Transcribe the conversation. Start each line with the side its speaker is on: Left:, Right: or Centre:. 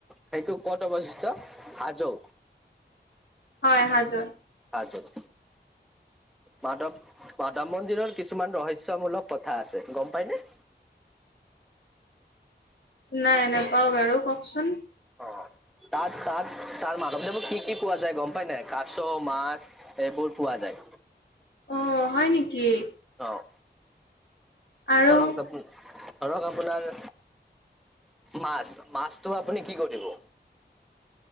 Centre: সেইটো ক'ত অৱস্থিত হাজো।
Left: হয়, হাজোত।
Centre: হাজোত। মাধৱ, মাধৱ মন্দিৰৰ কিছুমান ৰহস্যমূলক কথা আছে, গম পাইনে?
Left: নাই নাপাও বাৰু কওকচোন।
Centre: অ', তাত তাত তাৰ মাধৱদেৱত কি কি পোৱা যায়, গম পায় নাই কাছ মাছ এইবোৰ পোৱা যায়।
Left: অঁ হয় নিকি?
Centre: চাওঁ।
Left: আৰু
Centre: ধৰক জাপো। ধৰক আপোনাৰ মাছ, মাছটো আপুনি কি কৰিব?